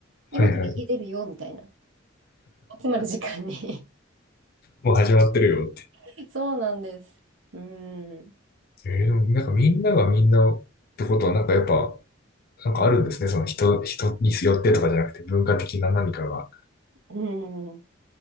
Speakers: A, on the left (about 50°); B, on the right (about 70°).
A: はいはい。
B: 今から家出るよ、みたいな。集まる時間に
A: もう始まってるよって。
B: <laughs> そうなんです。うん。
A: えー、でもなんかみんながみんなってことはなんかやっぱ、なんかあるんですね。
B: うん。
A: その人、人によってとかじゃなくて文化的な何かが。
B: うん。